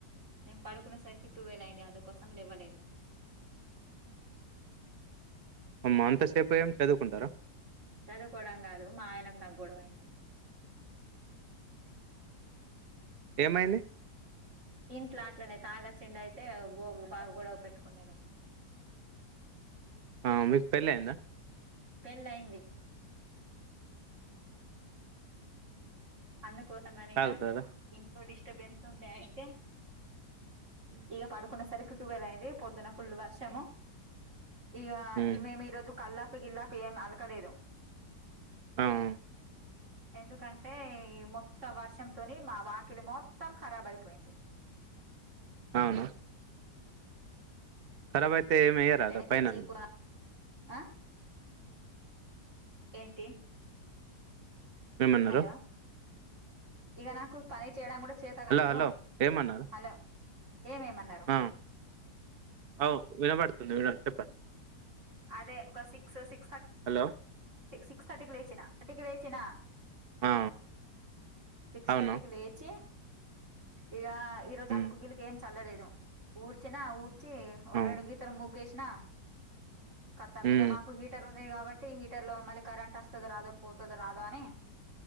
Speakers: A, on the right; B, on the right.
A: నేను పడుకునే సరికి టువెల్ అయింది అందుకోసం లెవ్వలేదు.
B: అమ్మా అంతసేప్ ఏం చదువుకుంటారా.
A: చదువుకోవడం గాదు మా ఆయనకు నాక్ గొడవయింది.
B: ఏమైంది.
A: ఇంట్లో అట్లనే తాగొచ్చిండయితే బో బాగ గొడవ పెట్టుకున్నడు.
B: ఆ మీక్ పెళ్ళైందా?
A: పెళ్ళయింది అందుకోస్ మని
B: తాగుతారా
A: ఇగా ఇంట్లోడిష్ డిస్టర్బెన్స్ ఉండే అయితే.
B: ఉమ్,
A: ఇగ పడుకునే సరికి. టువల్ అయింది పొద్దున ఫుల్లు వర్షము. ఇగా
B: ఉమ్,
A: ఈ మేము ఈ రోజు కల్లాప్ గిల్లాప్ ఏం అలకలేదు.
B: అవు
A: ఎందుకంటే ఇగ మొత్తం వర్షంతోనీ మా వాకిలి మొత్తం ఖరాబ్ అయిపోయింది.
B: అవునా. ఖరాబ్ అయితే ఏం ఏయరాదా
A: లేనికి
B: పైనాను
A: చీపురు ఆ ఏంటి
B: ఏమన్నరు
A: హలో ఇగ నాకు పని చేయడానికి గూడ చేత గాదూ.
B: హలో ఏమన్నారు
A: హలో ఏమేమన్నరు.
B: ఆ, అవు వినబడుతుంది విన చెప్పండి.
A: అదే ఒక సిక్స్ సిక్స్ థర్ట
B: హలో
A: సిక్స్ థర్టీకి లేచిన, థర్టీకి లేచినా.
B: ఆ,
A: సిక్స్
B: అవునా
A: థర్టీకి లేచీ ఇగా ఈరోజు
B: ఉమ్,
A: అలుకు గిలుకు ఏం చ్ చల్లలేదు ఊడ్చినా ఊడ్చ్ చీ ఓ
B: అవును
A: రెండు గీతల ముగ్గేష్. నా ఖతం
B: ఉమ్,
A: ఇగ మాకు హీటర్ ఒ న్నయి కాబట్టి హీట్ టర్ లో మళ్ళీ కరెంట్ వస్తుంద రాదో పోతుందో రాదో అని